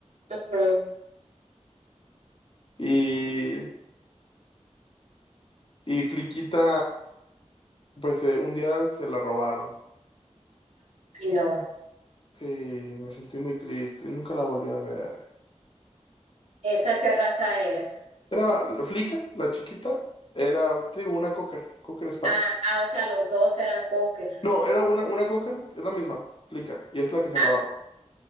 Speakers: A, on the right (about 65°); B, on the left (about 45°).
A: Ujú.
B: Y Y Fliquita, pues eh, un día se la robaron.
A: Ay, no.
B: Sí, me sentí muy triste y nunca la volví a ver.
A: ¿Esa qué raza era?
B: Era Flica, la chiquita, era, te digo, una cocker, cocker Spanish.
A: Ah, ah, o sea, los dos eran cocker.
B: No, era una, una cocker, es la misma, Flica, y es la que se
A: Ah,
B: robaron.